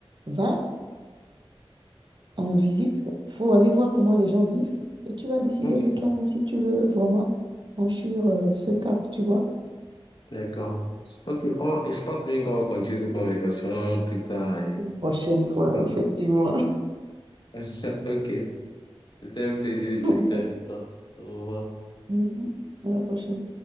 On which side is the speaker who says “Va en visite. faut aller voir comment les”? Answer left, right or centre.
Right